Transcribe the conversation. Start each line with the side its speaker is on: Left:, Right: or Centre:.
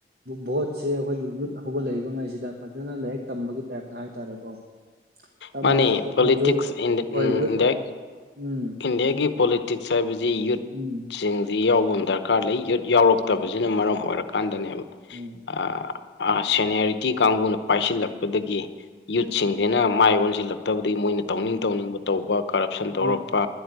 Right: ꯚꯣꯠ ꯁꯦ ꯑꯩꯈꯣꯏꯒꯤ ꯌꯨꯠ ꯍꯧꯒꯠꯂꯛꯏꯕꯉꯩꯖꯤꯗ ꯐꯖꯅ ꯂꯥꯏꯔꯤꯛ ꯇꯝꯕꯒꯤ ꯇꯥꯏꯞꯇ ꯍꯥꯏꯇꯥꯔꯦꯀꯣ ꯇꯝꯕ
Left: ꯃꯥꯅꯦ
Right: ꯈꯣꯠꯄꯥ
Left: ꯄꯣꯂꯤꯇꯤꯛꯁ
Right: ꯃꯣꯏꯖꯨ
Left: ꯏꯟꯗꯤꯌꯥ
Right: ꯍꯣꯏ ꯌꯨꯠ ꯎꯝ
Left: ꯏꯟꯗꯤꯌꯥꯒꯤ
Right: ꯌꯨꯠ
Left: ꯄꯣꯂꯤꯇꯤꯛꯁ ꯍꯥꯏꯕꯁꯤ ꯌꯨꯠꯁꯤꯡꯖꯤ
Right: ꯎꯝ
Left: ꯌꯥꯎꯕ ꯑꯃ ꯗꯔꯀꯥꯔ ꯂꯩ ꯌꯨꯠ ꯌꯥꯎꯔꯛ ꯇꯕꯖꯤꯅ ꯃꯔꯝ ꯑꯣꯏꯔꯀꯥꯟꯗꯅꯦꯕ
Right: ꯎꯝ
Left: ꯑ ꯑꯥ ꯁꯦꯅꯤꯌꯔꯤꯇꯤ ꯀꯥꯡꯕꯨꯅ ꯄꯥꯏꯁꯤꯜꯂꯛꯄꯗꯒꯤ ꯌꯨꯠꯁꯤꯡꯖꯤꯅ ꯃꯥꯏ ꯑꯣꯟꯖꯤꯜꯂꯛꯇꯕꯗꯤ ꯃꯣꯏꯅ ꯇꯧꯅꯤꯡ ꯇꯧꯅꯤꯡꯕ ꯇꯧꯕ ꯀꯔꯞꯁꯟ ꯇꯧꯔꯛꯄ
Right: ꯎꯝ